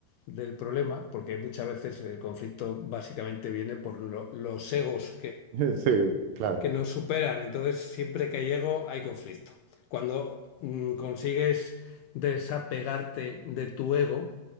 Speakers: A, on the left (about 80°); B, on the right (about 75°).
A: del problema, porque muchas veces el conflicto básicamente viene por lo- los egos
B: <laughs> Sí, claro,
A: que nos superan. Entonces, siempre que llego hay conflicto. Cuando mm, consigues desapegarte de tu ego,